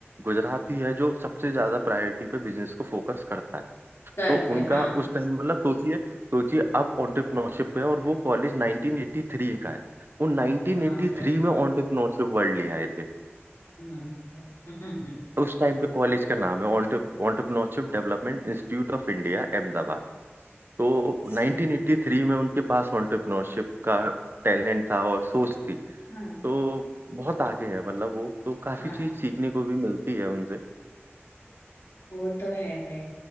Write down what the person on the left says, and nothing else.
करते
हैं,
हाँ
बाप रे
हाँ, हम्म,
सही
हाँ
हाँ
वो तो है भाई